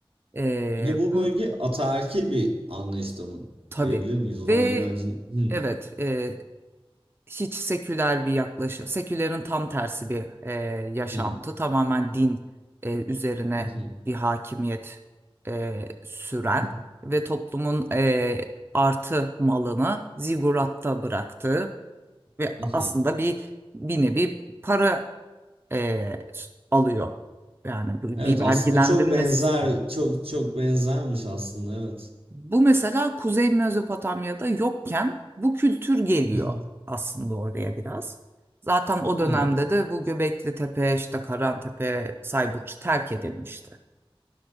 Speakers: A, on the right (about 25°); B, on the right (about 75°).
A: E,
B: Yine bu
A: bun,
B: bölge ataerkil bir anlayışta mı
A: tabii
B: diyebilir miyiz? O
A: ve
B: zaman inancın hı
A: evet e, hiç seküler bir yaklaşım, sekülerin tam tersi bir e, yaşantı,
B: hı,
A: tamamen din e, üzerine
B: hı hı,
A: bir hakimiyet e, süren
B: hı hı,
A: ve toplumun e, artı malını ziguratta bıraktığı ve
B: hı
A: aslında bir bir nevi para e, alıyor. Yani bir
B: Evet
A: bir
B: aslında
A: vergilendirme
B: çok benzer
A: sistemi.
B: çok çok benzermiş aslında evet.
A: Bu mesela Kuzey Mezopotamya'da yokken bu kültür geliyor
B: Hı hı,
A: aslında oraya biraz. Zaten o dönemde
B: hı
A: de bu Göbekli Tepe, işte Karantepe, Sayburç terk edilmişti.